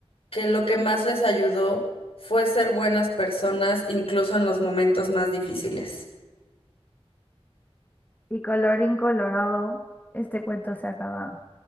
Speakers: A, on the left; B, on the left.
A: que lo que más les ayudó fue ser buenas personas, incluso en los momentos más difíciles.
B: Y colorín colorado, este cuento se ha acabado.